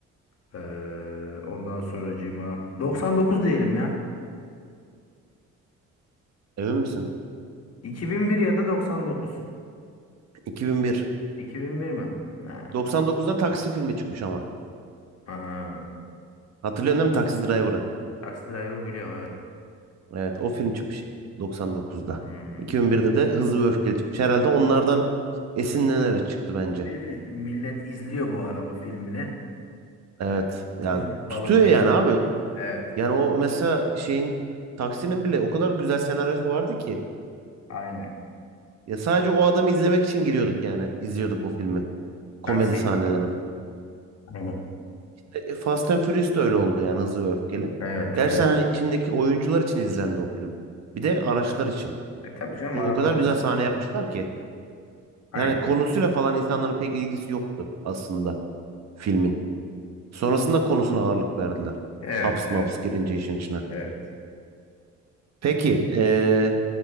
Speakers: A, on the left (about 55°); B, on the right (about 60°).
A: Ee, ondan sonracığıma 99 diyelim ya.
B: Emin misin?
A: 2001 ya da 99.
B: 2001.
A: 2001 mi? Ha.
B: 99'da Taksi filmi çıkmış ama.
A: Ha.
B: Hatırlıyorsun değil mi Taksi Driver'ı?
A: Taxi Driver biliyorum evet.
B: Evet o film çıkmış 99'da.
A: Hmm.
B: 2001'de de Hızlı ve Öfkeli çıkmış. Herhalde onlardan esinlenerek çıktı bence.
A: Şey değil mi? Millet izliyor bu araba filmini.
B: Evet.
A: Ee,
B: Ya
A: biz de yapalım
B: tutuyor
A: deyip.
B: yani abi.
A: Evet.
B: Yani o mesela şeyin Taksi'nin bile o kadar güzel senaryosu vardı ki.
A: Aynen.
B: Ya sadece o adamı izlemek için giriyorduk yani. İzliyorduk o filmi. Komedi
A: Taksi.
B: sahnelerini falan.
A: <laughs> Aynen.
B: E, e, Fast and Furious da öyle oldu yani Hızlı ve Öfkeli.
A: Evet,
B: Gerçekten
A: evet.
B: hani içindeki oyuncular için izlendi o film. Bir de araçlar için.
A: E tabii canım
B: Çünkü
A: arabalar
B: o kadar güzel
A: için.
B: sahne yapmışlar ki.
A: Aynen.
B: Yani konusuyla falan insanların pek ilgisi yoktu aslında filmin. Sonrasında konusuna ağırlık verdiler.
A: Evet,
B: Haps
A: evet,
B: maps girince işin içine.
A: evet.
B: Peki eee